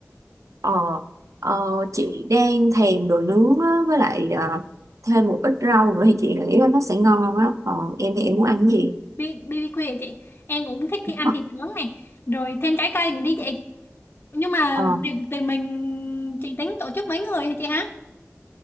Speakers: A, on the right; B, on the left.
A: ờ, ờ, chị đang thèm đồ nướng á, với lại ờ, thêm một ít rau nữa thì chị nghĩ là nó sẽ ngon á ờ, em thì em muốn ăn cái gì
B: bi BBQ hả chị. Em cũng thích thì
A: ờ,
B: ăn thịt nướng này, rồi thêm trái cây nữa đi chị. Nhưng mà
A: ờ,
B: tiền tiền mình chị tính tổ chức mấy người hả chị hả?